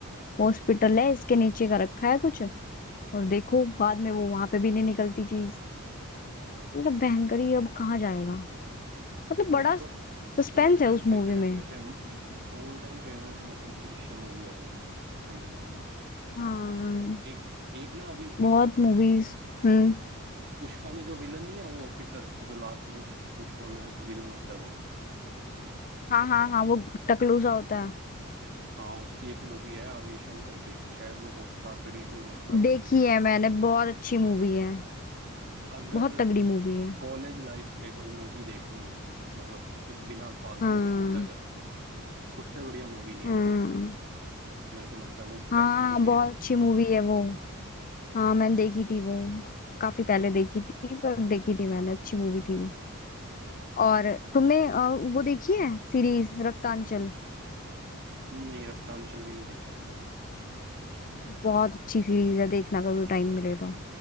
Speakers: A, on the left (about 40°); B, on the right (about 50°).
A: हॉस्पिटल है इसके नीचे का रखा है कुछ और देखो बाद में वो वहां पे भी नहीं निकलती चीज मतलब भयंकरी अब कहाँ जाएगा मतलब
B: मेरी
A: बड़ा
B: तो
A: सस्पेंस
B: ऑल टाइम
A: है उस
B: फेवरेट
A: मूवी में
B: में से ऑल टाइम फेवरेट में से दृश्यम मूवी है मेरी तो मैं सही बताऊं
A: हाँ
B: एक एक ना अभी एक
A: बहुत मूवीज हम्म
B: पुष्पा में जो विलन नहीं है वो ऑफिसर जो लास्ट में पुष्पा में विलन होता है वो
A: हाँ हाँ हाँ वो टकलू सा होता है
B: हाँ उसकी एक मूवी है आवेशम करके शायद वो हॉटस्टार पे डिज्नी हॉटस्टार
A: देखी
B: पे पड़ी है
A: है मैंने बहुत अच्छी मूवी है
B: अगर
A: बहुत तगड़ी मूवी है
B: कॉलेज लाइफ पे कोई मूवी देखनी है मतलब फि- बिना फालतू
A: हाँ
B: के गुंडागर्दी उससे बढ़िया मूवी नहीं
A: हाँ
B: है कोई मेरे को लगता है वो
A: हाँ
B: बेस्ट मूवी
A: बहुत
B: है
A: अच्छी मूवी है वो हाँ मैंने देखी थी वो काफी पहले देखी थी पर देखी थी मैंने अच्छी मूवी थी वो और तुमने अ, वो देखी है सीरीज रक्तांचल
B: नहीं रक्तांचल भी नहीं देखी मैंने
A: बहुत अच्छी सीरीज है देखना कभी टाइम मिले तो